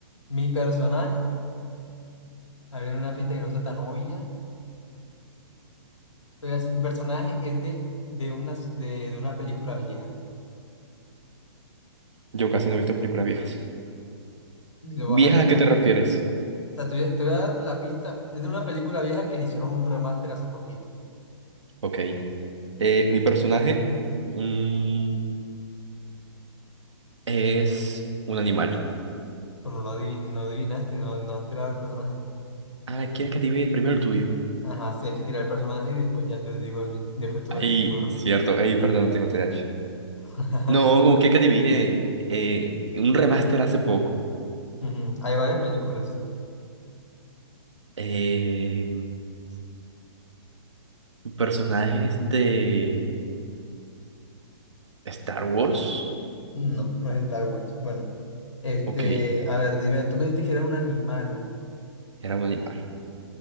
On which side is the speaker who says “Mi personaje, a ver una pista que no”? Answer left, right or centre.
Left